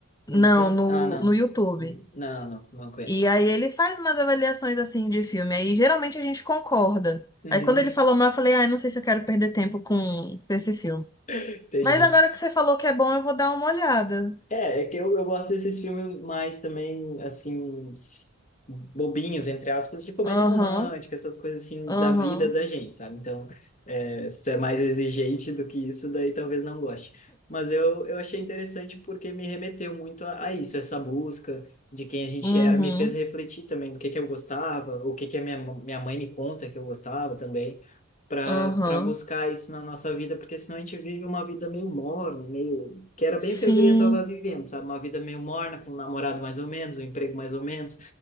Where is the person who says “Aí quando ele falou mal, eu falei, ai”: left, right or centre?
Left